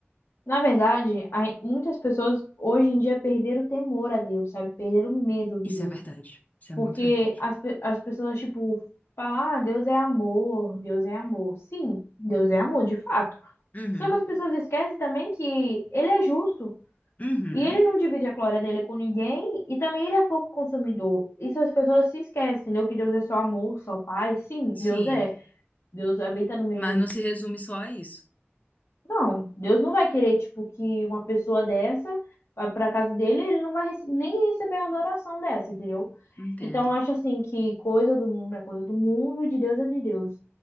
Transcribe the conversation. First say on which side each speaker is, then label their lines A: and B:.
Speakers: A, on the left (about 75°); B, on the left (about 35°).
A: Na verdade, a gen- muitas pessoas hoje em dia perderam o temor a Deus, sabe? Perderam o medo de
B: Isso
A: Deus.
B: é verdade. Isso é
A: Porque
B: muito verdade.
A: as, pe- as pessoas, tipo, falam, ah, Deus é amor, Deus é amor. Sim, Deus é amor, de fato.
B: Uhum.
A: Só que as pessoas esquecem também que ele é justo.
B: Uhum.
A: E ele não divide a glória dele com ninguém. E também ele é fogo consumidor. Isso as pessoas se esquecem, entendeu? Que Deus é só amor, só paz. Sim,
B: Sim.
A: Deus é. Deus habita no meio
B: Mas não se resume só a isso.
A: Não, Deus não vai querer, tipo, que uma pessoa dessa vá pra casa dele, ele não vai rece- nem receber a adoração dessa, entendeu?
B: Entendo.
A: Então, eu acho assim que coisa do mundo é coisa do mundo, e de Deus é de Deus.